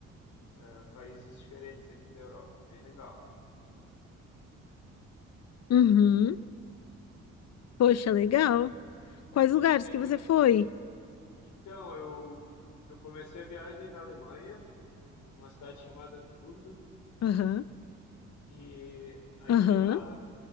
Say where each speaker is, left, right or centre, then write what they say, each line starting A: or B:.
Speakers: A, on the left; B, on the left.
A: ah, países diferentes aqui da Europa, bem legal.
B: uhum. Poxa, legal.
A: E,
B: Quais lugares
A: e tu tem...
B: que você
A: curi-
B: foi?
A: Então, eu, eu comecei a viagem na Alemanha, numa cidade chamada Hamburgo,
B: Aham,
A: E aí
B: aham,
A: de lá,